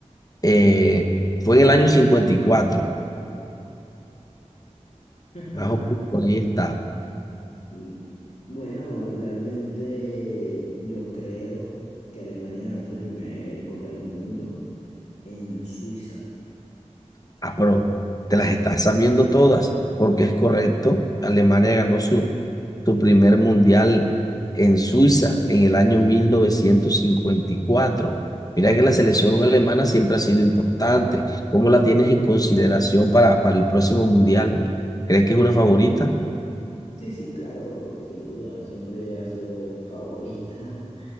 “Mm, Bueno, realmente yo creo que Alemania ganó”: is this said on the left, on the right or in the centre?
Left